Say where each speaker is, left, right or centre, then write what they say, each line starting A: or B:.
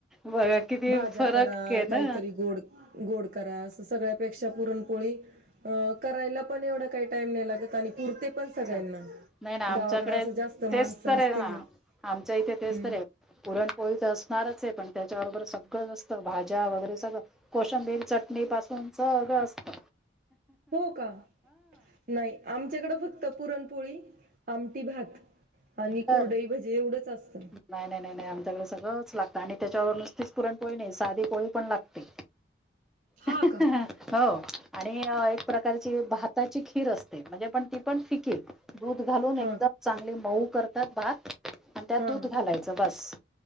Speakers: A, in the centre; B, on the right.
A: बघा किती
B: भाज्या
A: फरक
B: करा
A: आहे ना.
B: काहीतरी गोड गोड करा असं सगळ्यापेक्षा पुरणपोळी अ- करायला पण एवढ काही टाइम नाही लागत आणि पुरते पण सगळ्यांना
A: अच्छा, नाही ना आमच्याकडे
B: गावाकडे असं जास्त माणसं
A: तेचं तर
B: असतील
A: आहे
B: ना
A: आमच्या इथे तेच
B: हम्म
A: तर आहे. पुरणपोळी तर असणारच आहे पण त्याच्याबरोबर सगळं असतं भाज्या वगैरे सगळं. कोशिंबीर चटणी पासून सगळं असत.
B: हो का नाही आमच्याकडं फक्त पुरणपोळी आमटी भात. आणि
A: बर
B: कुरडई, भजे एवढंच असत.
A: नाही -नाही -नाही आमच्याकडे सगळंच लागतं आणि त्याच्यावर नुसतीच पुरण पोळी नाही साधी पोळी पण लागते.
B: हा
A: ह
B: का
A: ह. हो आणि एक प्रकारची भाताची खीर असते म्हणजे पण ती पण फिके. दूध घालून एकदम
B: हा का
A: चांगले मऊ करतात भात आणि त्यात
B: हा
A: दूध घालायचं बस.